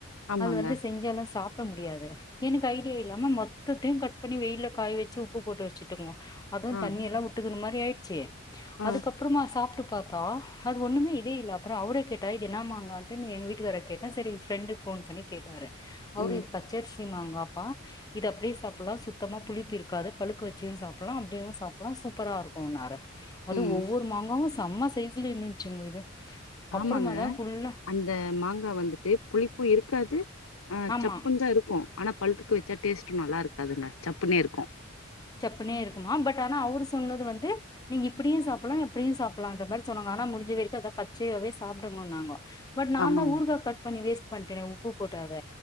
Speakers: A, on the left (about 80°); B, on the left (about 20°).
A: ஆமாங்க
B: அது வந்து செஞ்சாலு சாப் பிட முடியாது எனக்கு ஐடியா இல்லாம மொத்தையு கட் பண்ணி வெயில காய வச்சு உப்பு போட்டு வச்சுட்டுங்கோ அதுவு
A: ஆ
B: தண்ணி எல்லாம் வுட்டுக்குன மாரி ஆயிடுச்சு
A: ஆ
B: அதுக்கப்புறமா சாப்புட்டு பாத்தா அது ஒண்ணமே இதே இல்ல அப்புறோ அவுர கேட்டா இது என்ன மாங்கனுட்டு எங்க வீட்டுக்கார கேட்டா செரி ஃப்ரெண்டு ஃபோன் பண்ணி கேட்டாரு அவரு
A: ம்
B: இது பச்சரி சி மாங்காப்பா இது அப்டியே சாப்பிடலா சுத்தமா புளிப்பு இருக்காது பழுக்க வச்சும் சாப்பிடலா அப்டியேவு சாப் ல்லாம் சூப்பரா இருக்குன்னாரு அது
A: ம்
B: ஒவ்வொரு மாங்காவு செம்ம சைஸ்ல இருந்துசுங்க இது அப்புறமா
A: ஆமாங்க
B: தா ஃபுல்லா
A: அந்த மாங்கா வந்துட்டு புளிப்பு இருக்காது அ
B: ஆமா
A: சப்புன் தா இருக்கு ஆனா பழ்த்துக்கு வெச்சா டேஸ்ட்டு நல்லா இருக்காதுங்க சப்புனே இருக்கு
B: சப்புனே இருக்குமா பட் அனா அவுரு சொன்னது வந்து நீங்க இப்புடியு சாப்புலா எப்டியு சாப்லா இந்த மாரி சொன்னாங்க அனா முடிஞ்ச வெரிக்கு அத பச்சயாவே சாப்டுங்கோன்னாங்க பட் நாந்தா
A: ஆமாங்க
B: ஊறுகா கட் பண்ணி வேஸ்ட் பண்ட்டனே உப்பு போட்டு அத